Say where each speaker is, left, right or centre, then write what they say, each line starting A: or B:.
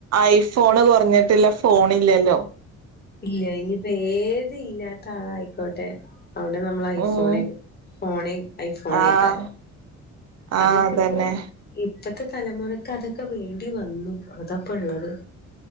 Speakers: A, on the right; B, on the left.
A: ഐഫോൺ കൊറഞ്ഞിട്ടില്ലെ ഫോണില്ലല്ലോ.
B: ഇല്ല ഇനിയിപ്പ ഏത് ഇല്ലാത്ത ആളായിക്കോട്ടെ. അവിടെ നമ്മൾ ഐഫോണ്
A: ഉം
B: ഫോണ് ഐഫോണേയ്ക്കാരം.
A: ആഹ് ആഹ്
B: അതൊക്കെ
A: അതന്നെ
B: ഇപ്പ ഇപ്പത്തെ തലമുറക്ക് അതൊക്കെ വേണ്ടി വന്നു അതാപ്പോ ഉള്ളത്.